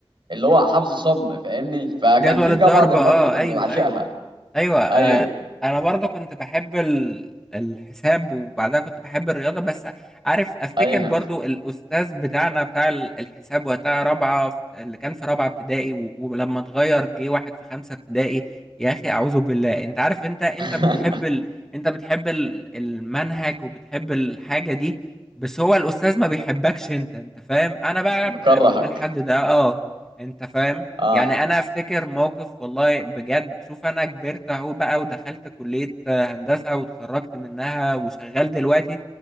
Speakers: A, on the right; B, in the centre.
A: اللي هو حفظ صم فاهمني فكان
B: جدول
A: في
B: الضرب
A: كده بعض المواد
B: اه
A: اللي كنت
B: ايوه
A: بعشقها
B: ايوه ايوه آه
A: أيوه
B: انا برضه كنت بحب ال- الحساب وبعدها كنت بحب الرياضه بس عارف افتكر
A: أيوه
B: برضه الاستاذ بتاعنا بتاع ال- الحساب وقتها رابعه في- اللي كان في رابعه ابتدائي و- ولما اتغير جه واحد في خمسه ابتدائي يا اخي اعوذ بالله انت عارف انت انت
A: <laughs>
B: بتحب ال... انت بتحب ال- المنهج وبتحب الحاجه دي بس هو الاستاذ ما بيحبكش انت انت فاهم انا بقى
A: مكرهك
B: كنت الحد ده اه انت فاهم
A: أه
B: يعني انا افتكر موقف والله بجد شوف انا كبرت اهو بقى ودخلت كلية هندسة واتخرجت منها وشغال دلوقتي